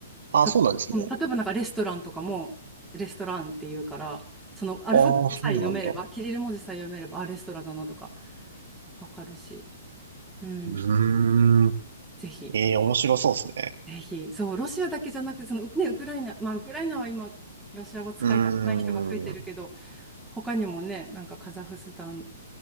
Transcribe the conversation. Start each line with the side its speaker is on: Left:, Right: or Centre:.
Right: ああ、
Centre: 例えば、
Right: そうなんですね。
Centre: うん、例えばなんかレストランとかもレストランっていうから、そのアルファベットさえ読めれば、
Right: ああ、そうなんだ。
Centre: キリル文字さえ読めれば、あ、レストランだなとか分かるし、うん、
Right: うーん。
Centre: ぜひ。
Right: ええ、面白そうですね。
Centre: ぜひ、そう、ロシアだけじゃなくて、その、ね、ウクライナ、まあ、ウクライナは今、ロシア語使いたくない人が増えてるけど、
Right: うーん。
Centre: 他にもね、なんかカザフスタン